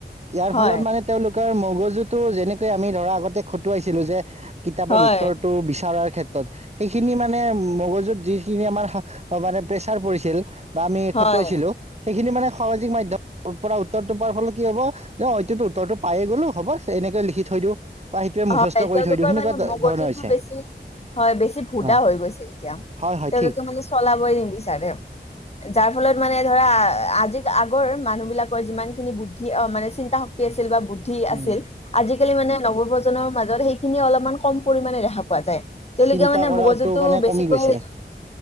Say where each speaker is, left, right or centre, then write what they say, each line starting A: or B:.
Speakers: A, on the right (about 35°); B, on the left (about 35°).
A: ইয়াৰ
B: হয়
A: ফলত মানে তেওঁলোক মগজুতটো যেনেকে আমি ধৰা আগতে খটুৱাইছিলো যে কিতাপৰ
B: হয়
A: উত্তৰটো বিচৰাৰ ক্ষেত্ৰত। সেইখিনি মানে মগজুত যিখিনি আমাৰ মানে প্ৰেচাৰ পৰিছিল বা আমি
B: হয়
A: খটুৱাইছিলোঁ। সেইখিনি মানে সামাজিক মাধ্যমৰ পৰা উত্তৰটো পোৱাৰ ফলত কি হ'ব যে হয়টো উত্তৰটো পায়েই গ'লো হ'ব এনেকে লিখি থ থৈ দিওঁ। বা সেইটোৱে মুখস্থ
B: হয়
A: কৰি
B: তেওঁলোকৰ
A: থৈ দিওঁ সেনেকুৱা
B: মানে মগজুতটো
A: ধৰণৰ হৈছে।
B: বেছি হয় বেছি ভুদা
A: অ,
B: হৈ গৈছে এতিয়া
A: হয় হয়
B: তেওঁলোকে
A: ঠিক।
B: মানে চলাবই নিবিচাৰে। যাৰ ফলত মানে ধৰা আজি আগৰ মানুহবিলাকৰ যিমানখিনি বুদ্ধি অ' মানে চিন্তা শক্তি আছিল বুদ্ধি
A: উম,
B: আছিল। আজিকালি মানে নৱপ্ৰজন্মৰ মাজত সেইখিন অলপমান কম পৰিমাণে পোৱা যায় তেওঁলোকে
A: চিন্তা
B: মানে
A: কৰাটো
B: মগজুটো
A: মানে
B: বেছিকৈ
A: কমি গৈছে
B: হয়,